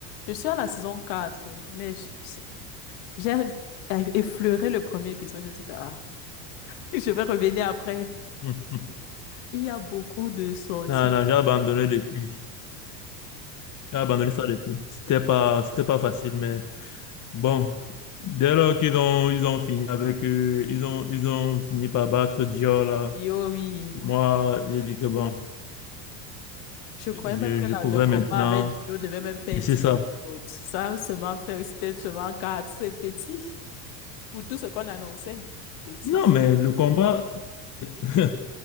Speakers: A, on the left; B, on the left.
A: Je suis à la saison 4, mais j- j- J'ai effleuré le premier épisode, j'ai dit que ah, <laughs> je vais revenir après.
B: <laughs>
A: Il y a beaucoup de sorties.
B: Non, non, j'ai abandonné depuis. J'ai abandonné ça depuis. C'était pas, c'était pas facile, mais bon, dès lors qu'ils ont, ils ont fini avec, euh, ils ont, ils ont fini par battre Dior là.
A: Dio, oui.
B: Moi, j'ai dit que bon,
A: Je croyais
B: je,
A: même que
B: je
A: la-
B: pouvais
A: le combat
B: maintenant
A: avec Dio devait même faire
B: laisser
A: 10
B: ça.
A: épisodes. Ça a seulement fait, c'était seulement quatre C'est petit pour tout ce qu'on annonçait. Petit.
B: Non, mais le combat, <laughs>